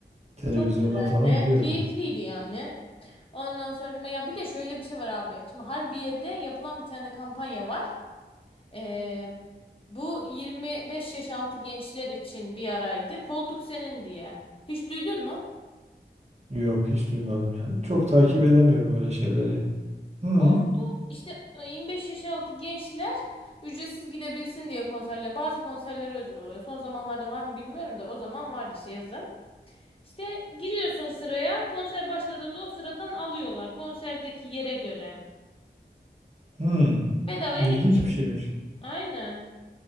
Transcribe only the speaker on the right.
Televizyondan
falan biliyorum.
Yok, hiç duymadım ya. Çok takip edemiyorum öyle şeyleri. Hı,
hı.
İlginç
bir şeymiş.